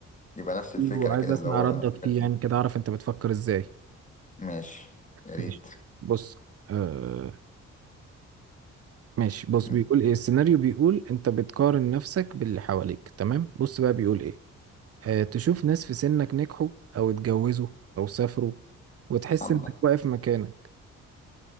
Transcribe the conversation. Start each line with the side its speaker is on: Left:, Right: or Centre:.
Left: يبقى نفس الفكرة
Right: حلو، عايز
Left: كده
Right: اسمع
Left: اللي هو
Right: ردك
Left: حاجات
Right: فيه يعني كده اعرف انت بتفكر ازاي
Left: ماشي يا ريت
Right: ماشي بص آه ماشي بص
Left: م-
Right: بيقول ايه السيناريو بيقول انت بتقارن نفسك باللي حواليك تمام بص بقى بيقول ايه آه، تشوف ناس في سنك نجحوا او اتجوزوا او سافروا وتحس
Left: الله
Right: انك واقف مكانك